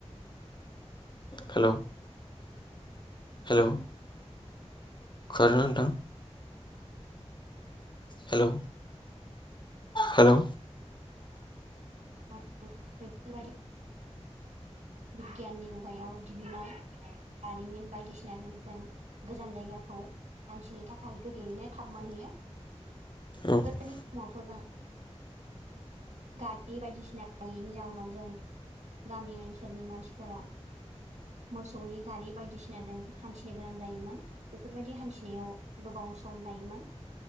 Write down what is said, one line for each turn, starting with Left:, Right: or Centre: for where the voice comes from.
Left: हेलौ हेलौ खोनादों ना नोंथां? हेलौ हेलौ
Right: नोंथां। बेफोरबायदि बिगियाननि मुगायाव दिहुननाय जारिमिन बायदिसिनाजों जों गोजान जायगाखौ हान्थिनो थाखाय गोरलैयैनो थाब मोनहैयो
Left: औ
Right: गोदोनि समावथ' जों गारि बायदिसिना गैयिनि जाउनाव जों गामि ओनसोलनि मानसिफोरा मोसौनि गारि बायदिसिना बायदिसिनाजों हान्थिनो गोनां जायोमोन। बेफोरबायदि हान्थिनायाव गोबाव सम लायोमोन।